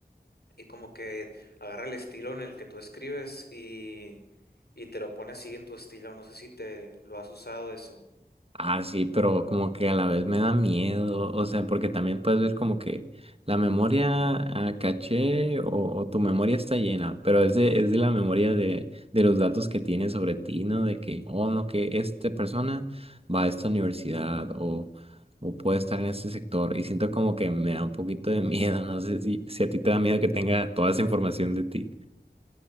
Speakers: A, on the left (about 70°); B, on the right (about 35°).
A: y como que agarra el estilo en el que tú escribes y, y te lo pone así en tu estilo. No sé si te lo has usado eso.
B: Ah, sí, pero como que a la vez me da miedo, o sea, porque también puedes ver como que la memoria ah, caché o, o tu memoria está llena, pero es de, es de la memoria de, de los datos que tienes sobre ti, ¿no? De que, oh, no, que esta persona va a esta universidad o, o puede estar en este sector y siento como que me da un poquito de miedo, no sé si, si a ti te da miedo que tenga toda esa información de ti.